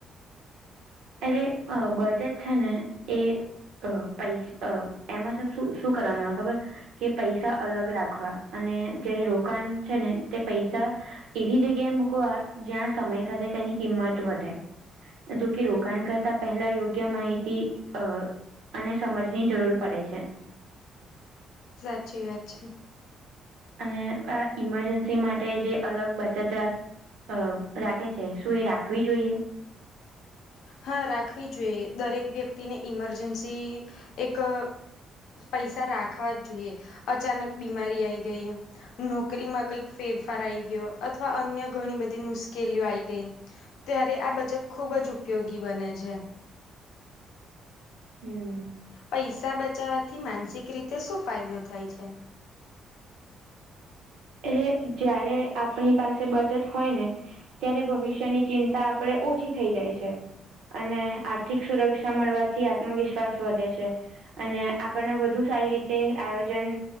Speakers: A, on the right; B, on the left.
A: અરે બજેટ છે ને એ એ પૈસા એમાંન શ શું કરવામાં આવે ખબર. કે પૈસા અલગ રાખવા અને જયારે રોકાણ છે ને તે પૈસા એવી જગ્યાએ મૂકવા જ્યાં સમય થ તેની કિંમત વધે, જોકે રો કાણ કરતાં પહેલા યોગ્ય માહિતી અ અને સમજની જરૂર પડે છે.
B: સાચી વાત છે.
A: અને આ ઇમરજન્સી માટે જે અલગ બચત રાખ અ રાખે છે શું એ રાખવી જોઈએ?
B: હા રાખવી જોઈએ દરેક વ્યક્તિને ઈમરજન્સી, એક પૈસા રાખવા જ જોઈએ, અચાનક બીમારી આઈ ગઈ. નોકરીમાં કઈક ફેરફાર આઈ ગયો અથવા અન્ય ઘણી બધી મુશ્કેલીઓ આઈ ગઈ. ત્યારે આ બચત ખુબ જ ઉપયોગી બને છે.
A: હમ.
B: પૈસા બચાવવાથી માનસિક રીતે શું ફાયદો થાય છે?
A: એટલે જયારે આપણી પાસે બચત હોય ને, ત્યારે ભવિષ્યની ચિંતા આપણેે ઓછી થઈ જાય છે. અને આર્થિક સુરક્ષા મળવાથી આત્મવિશ્વાસ વધે છે. અને આપણને વધુ સારી રીતે આયોજન